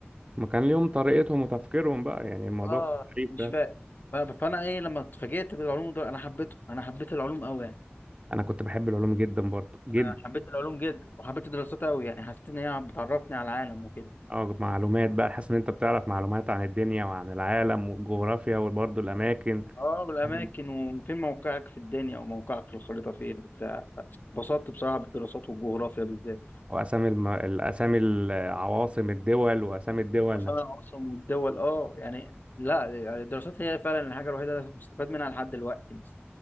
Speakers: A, on the right; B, on the left.
A: ما كان ليهم طريقتهم وتفكيرهم بقى يعني الموضوع
B: اه
A: كان غريب
B: مش
A: فعلا
B: فاهم ف- فانا ايه لما اتفاجئت بالعلوم دول انا حبيته انا حبيت العلوم قوي يعني
A: انا كنت بحب العلوم جدا برضه جدا
B: انا حبيت العلوم جدا وحبيت الدراسات قوي يعني حسيت ان هي بتعرفني على العالم وكده
A: اه معلومات بقى حاسس ان انت بتعرف معلومات عن الدنيا وعن العالم والجغرافيا وبرضه الاماكن
B: اه والاماكن
A: تمام.
B: وفين موقعك في الدنيا وموقعك في الخريطه فين وبتاع اتبسطت بصراحه بالدراسات والجغرافيا بالذات
A: واسامي الم... الاسامي العواصم الدول واسامي الدول
B: اصلا
A: نفسها
B: انا اصلا والدول اه يعني لا يعني الدراسات هي فعلا الحاجه الوحيده اللي مستفاد منها لحد دلوقتي مثلا